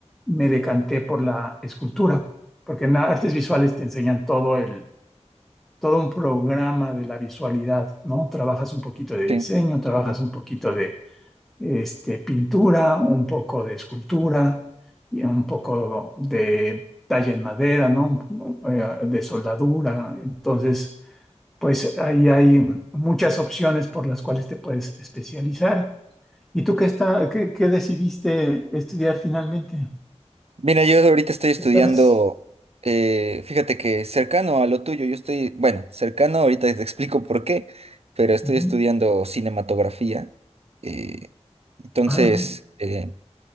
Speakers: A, in the centre; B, on the right.
A: me decanté por la escultura porque en artes visuales te enseñan todo el, todo un programa de la visualidad, ¿no? Trabajas un poquito de
B: sí.
A: diseño, trabajas un poquito de este, pintura, un poco de escultura y un poco de talla en madera, ¿no? Eh, De soldadura. Entonces, pues ahí hay muchas opciones por las cuales te puedes especializar. ¿Y tú qué está, qué, qué decidiste estudiar finalmente?
B: Mira, yo ahorita estoy estudiando,
A: Estás.
B: eh, fíjate que cercano a lo tuyo, yo estoy, bueno, cercano, ahorita te explico por qué, pero estoy
A: Ujú.
B: estudiando cinematografía. eh, entonces,
A: Ah, no.
B: eh,